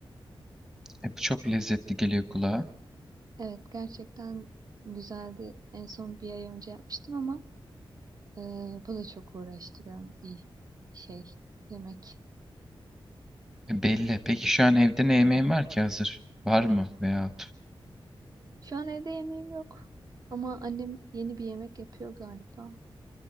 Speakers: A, in the centre; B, on the right (about 45°).
A: E, bu çok lezzetli geliyor kulağa.
B: Evet gerçekten güzeldi. En son bir ay önce yapmıştım ama e, bu da çok uğraştıran bir şey yemek.
A: E, belli. Peki şu an evde ne yemeğin var ki hazır? Var mı veyahut
B: Şu an evde yemeğim yok ama annem yeni bir yemek yapıyor galiba.